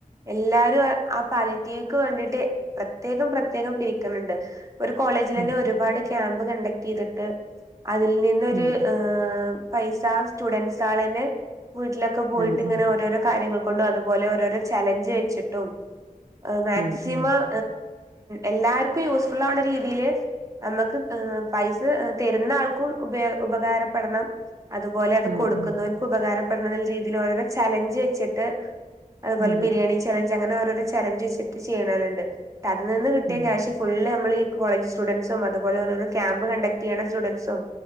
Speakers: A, on the right; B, on the right.
A: എല്ലാരും ആ ആഹ് പാലേ റ്റീവ്ക്ക് വേണ്ടീട്ട് പ്രത്യേകം പ്രത്യേകം പിരിക്കുന്നുണ്ട് ഒരു കോളേജിൽ തന്നെ
B: ഉം
A: ഒരുപാട് ക്യാമ്പ് കണ്ടക്ട് ചെയ്തിട്ട് അതിൽ നിന്നൊരു
B: ഉം
A: ആഹ് പൈസാ സ്റ്റുഡന്റ്സ് ആൾ തന്നെ വീട്ടിലൊക്കെ പോയിട്ട്
B: ആഹ്
A: ഇങ്ങനെ
B: ഉം
A: ഓരോരോ കാര്യങ്ങൾ കൊണ്ടും അതുപോലെ ഓരോരോ ചലഞ്ച് വെച്ചിട്ടും അത് മാക്സിമം
B: ആഹ് ആഹ്
A: എല്ലാവർക്കും യൂസ്ഫുൾ ആവുന്ന രീതിയിൽ നമുക്ക് ഉം തരുന്ന ആൾക്കും ഉപകാരപ്പെടണം അത്പോലെ അത്
B: ആഹ്
A: കൊടുക്കുന്ന
B: ഉം
A: ഉപകാരപ്പെടണ രീതിയിൽ ഓരോരോ ചലഞ്ച് വെച്ചിട്ട് അതുപോലെ
B: അതെ
A: ബിരിയാണി ചലഞ്ച് അങ്ങനെ ഓരോ ചലഞ്ച് വെച്ചിട്ട് ചെയ്യണോരുണ്ട് അത് നിന്ന് കട്ടിയ
B: ഉം
A: ക്യാഷ് ഫുള് നമ്മൾ കോളജ് സ്റ്റുഡൻറ്സും അതുപോലെ ഓരോരോ ക്യാമ്പ് കണ്ടക്ട് ചെയ്യണ സ്റ്റുഡൻറ്സും